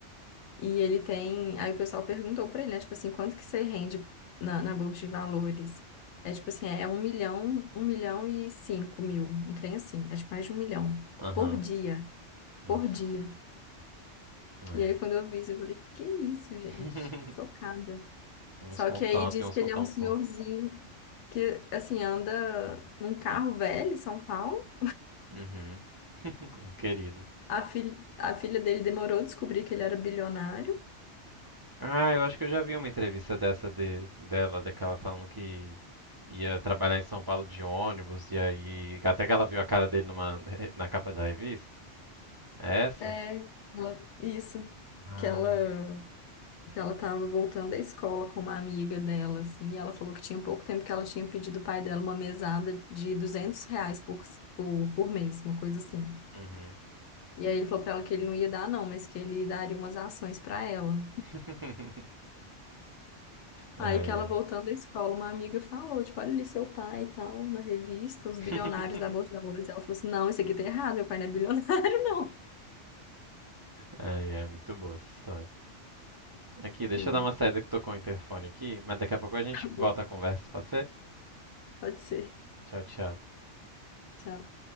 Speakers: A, on the left (about 75°); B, on the right (about 30°).
A: E ele tem. Aí o pessoal perguntou pra ele, né? Tipo assim, quanto que você rende na, na bolsa de valores? É tipo assim, é um milhão, um milhão e cinco mil, um trem assim, acho que mais de um milhão
B: Aham.
A: por dia,
B: Nossa,
A: por dia.
B: é.
A: E aí quando eu vi isso, eu falei, que isso, gente?
B: <laughs>
A: Chocada.
B: Uns
A: Só
B: com
A: que
B: tanto
A: aí diz
B: e uns
A: que
B: com
A: ele
B: tão
A: é um
B: pouco.
A: senhorzinho que, assim, anda num carro velho em São Paulo.
B: Uhum. Um querido.
A: A, fil... a filha dele demorou a descobrir que ele era bilionário.
B: Ah, eu acho que eu já vi uma entrevista dessa de, dela, daquela falando que ia trabalhar em São Paulo de ônibus, e aí. Até que ela viu a cara dele numa, na capa da revista. É essa?
A: É, ela- isso.
B: Ah.
A: Que ela... que ela tava voltando à escola com uma amiga dela, assim, e ela falou que tinha pouco tempo que ela tinha pedido o pai dela uma mesada de 200 reais por, por, por mês, uma coisa assim.
B: Uhum.
A: E aí ele falou pra ela que ele não ia dar, não, mas que ele daria umas ações pra ela.
B: <laughs> Ai,
A: Aí que
B: ai.
A: ela voltando da escola, uma amiga falou, tipo, olha ali seu pai e tal, na revista, os
B: <laughs>
A: bilionários da Bolsa de Valores. Ela falou assim, não, isso aqui tá errado, meu pai não é bilionário, <laughs> não.
B: Ai, ai, muito boa essa história. Aqui, deixa
A: Sim.
B: eu dar uma saída que tocou o interfone aqui, mas daqui a pouco a gente
A: Tá bom,
B: volta a conversa, pode ser?
A: pode ser.
B: Tchau, tchau.
A: Tchau.